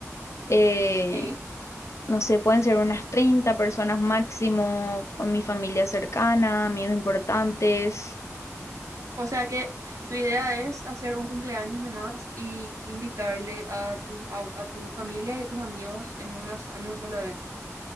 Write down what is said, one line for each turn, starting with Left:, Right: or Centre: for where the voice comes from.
Left: Eh,
Right: Sí.
Left: no sé, pueden ser unas 30 personas máximo, con mi familia cercana, amigos importantes.
Right: O sea que tu idea es hacer un cumpleaños nomás y invitarle a tu, a, a tu familia y a tus amigos en una, so- en un solo evento.